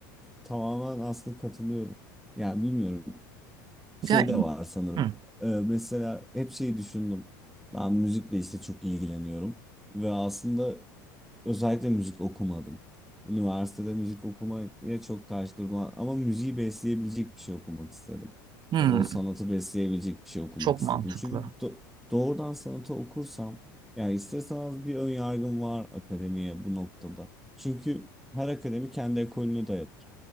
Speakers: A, in the centre; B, on the right.
A: tamamen aslında katılıyorum. Yani bilmiyorum şey
B: Ya,
A: de var sanırım.
B: hı,
A: Ee, mesela hep şeyi düşündüm. Ben müzikle işte çok ilgileniyorum. Ve aslında özellikle müzik okumadım. Üniversitede müzik okumaya çok karşı durdum ama müziği besleyebilecek bir şey okumak istedim.
B: hı,
A: Ya da o sanatı besleyebilecek bir şey okumak
B: çok
A: istedim.
B: mantıklı.
A: Çünkü do- doğrudan sanatı okursam yani isterseniz bir ön yargım var akademiye bu noktada. Çünkü her akademi kendi ekolünü dayatır.